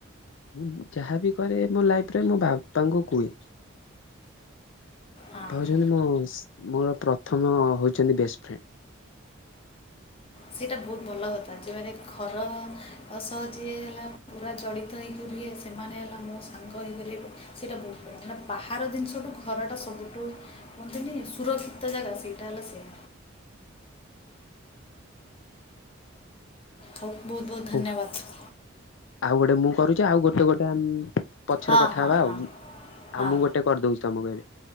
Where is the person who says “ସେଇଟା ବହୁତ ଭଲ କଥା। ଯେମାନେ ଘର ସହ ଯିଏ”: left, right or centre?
Left